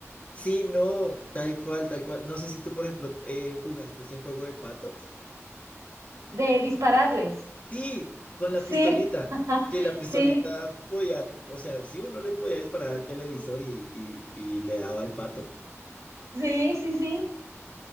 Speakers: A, on the left; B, on the right.
A: Sí, no, tal cual, tal cual. No sé si tú, por ejemplo, eh, jugaste ese juego de patos.
B: de dispararles.
A: Sí, con la pistolita.
B: Sí, <laughs>
A: Que la pistolita
B: sí.
A: podía, o sea, sí, uno le podía disparar al televisor y, y, y le daba al pato.
B: Sí, sí, sí.